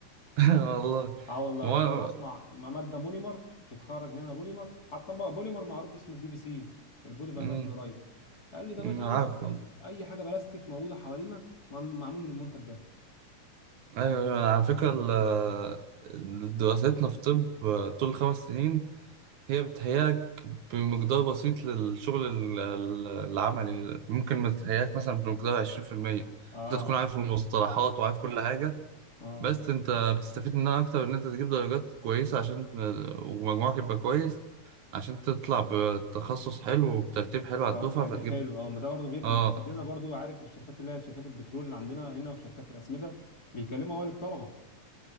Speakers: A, on the right; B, on the left.
A: <laughs> والله
B: اه والله
A: هو
B: قال لي مصنع ما ماده مونيمر بيتخرج منها بوليمر حتى بقى بوليمر معروف اسمه البي في سي البولي فينيل
A: مم،
B: كلورايد قال لي ده
A: مم،
B: باشا
A: عارفه
B: بص اي اي حاجه بلاستيك موجوده حوالينا من- معمول من المنتج ده
A: ايوه أيوة. على فكره ال- ال- دراستنا في طب طول الخمس سنين هي بتهيأك بمقدار بسيط للشغل ال- ال- العملي ممكن ما تهيأك مثلا بمقدار 20%
B: اه
A: انت تكون عارف المصطلحات وعارف كل حاجه
B: اه
A: بس انت بتستفيد منها اكتر ان انت تجيب درجات كويسه عشان ومجموعك يبقى كويس عشان تطلع بتخصص حلو وبترتيب حلو على
B: اه
A: الدفعه
B: تقدير
A: فتجيب
B: حلو اه ما ده برضه بيفرق
A: اه
B: ما عندنا برضه عارف الشركات اللي هي شركات البترول اللي عندنا هنا وشركات الاسمده بيكلموا اول الطلبه